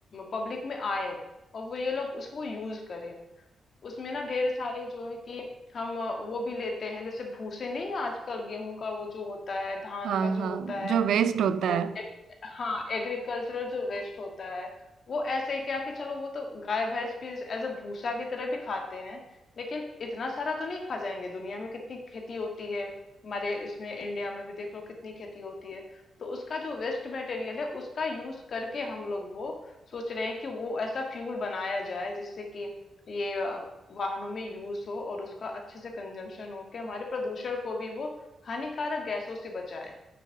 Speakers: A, on the left (about 50°); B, on the right (about 85°).
A: पब्लिक में आए और वो ये लोग उसको यूज करें उसमें ना ढेर सारे जो है कि हम अ, वो भी लेते हैं जैसे भूसे नहीं आजकल गेहूं का वो जो होता है धान
B: हाँ
A: का
B: हाँ
A: जो होता है
B: जो वेस्ट
A: वो
B: होता है
A: एक, हाँ एग्रीकल्चरल जो वेस्ट होता है वो ऐसे ही क्या कि चलो वो तो गाय भैंस भी एज अ भूसा की तरह भी खाते हैं लेकिन इतना सारा तो नहीं खा जाएंगे दुनिया में कितनी खेती होती है हमारे इसमें इंडिया में भी देख लो कितनी खेती होती है तो उसका जो वेस्ट मटेरियल है उसका यूज करके हम लोग वो सोच रहे हैं कि वो ऐसा फ्यूल बनाया जाए जिससे कि ये वाहनों में यूज हो और उसका अच्छे से कंजम्पशन हो के हमारे प्रदूषण को भी वो हानिकारक गैसों से बचाए